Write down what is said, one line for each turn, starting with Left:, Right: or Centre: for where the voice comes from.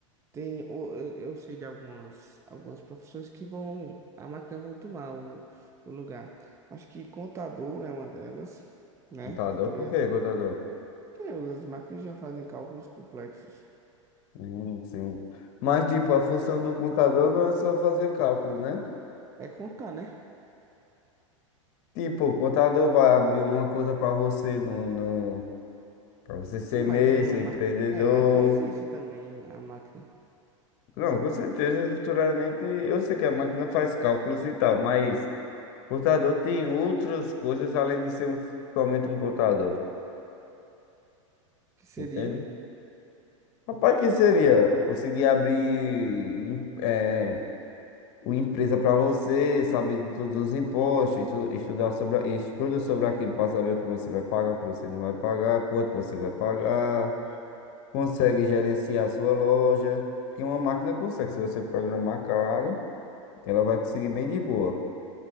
Right: tem, o- eu, eu sei de algumas, algumas profissões que vão, a máquina vão tomar o, o lugar. Acho que contador é uma delas, né?
Left: Contador,
Right: Tu também.
Left: por
Right: é-
Left: quê, contador?
Right: Que as máquinas já fazem cálculos complexos.
Left: Hum, sim. Mas, tipo, a função do contador não é só fazer cálculo, né?
Right: É contar, né?
Left: Tipo, o contador vai abrir uma conta para você no, no, para você ser
Right: Sim, mais
Left: MEI,
Right: uma
Left: ser
Right: máquina.
Left: empreendedor.
Right: É, mas faz isso também a máquina.
Left: Não, com certeza, futuramente, eu sei que a máquina faz cálculos e tal, mas Contador tem outras coisas além de ser um- somente um contador,
Right: Que seria?
Left: entende? Rapaz, que seria? Conseguir abrir em- eh, uma empresa para você, saber de todos os impostos, estu- estudar sobre, a- estuda sobre aquilo para saber o que você vai pagar, o que você não vai pagar, quanto você vai pagar, consegue gerenciar a sua loja, porque uma máquina consegue, se você programar caro, ela vai conseguir bem de boa.